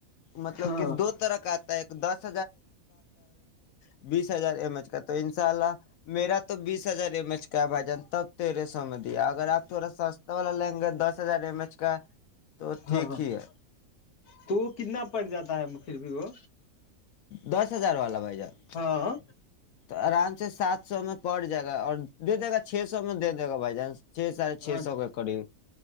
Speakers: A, on the left; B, on the left.
A: مطلب
B: ہاں
A: کہ دو طرح اتا ہے ایک دس ب ہزار ایم ایچ کرتا ہو انشاءاللہ میرا تو باس ہزار ایم ایچ کا بھائی جان تب تیرے سامنے دیا اگر اپ تھوڑا سا ہستا والا لی دس ہزار ایم ایچ کا تو ٹھیک
B: ہاں ہاں
A: ہی ہے
B: تو کتنا پڑ جاتا ہے وہ
A: دس ہزار والا بھائی جان
B: ہاں
A: تو اران سات سو میں پاڈ جگہ اور جو دے گا چھ سو میں دے دے گا بھائی جان چھ ساڑھےچ
B: اچھا
A: سو کا کڑی